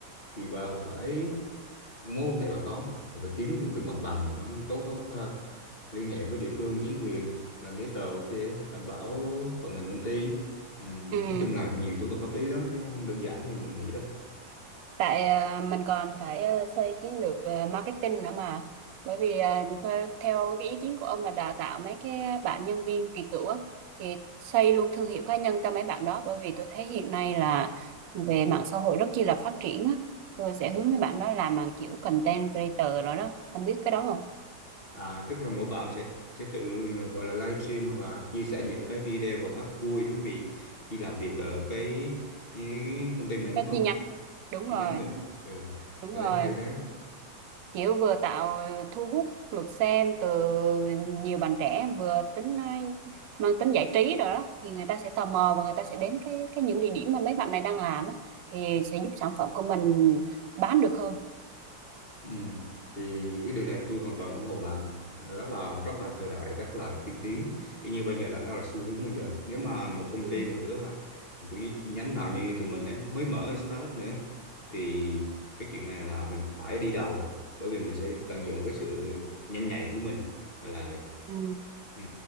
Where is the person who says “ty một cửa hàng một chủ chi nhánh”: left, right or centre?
Left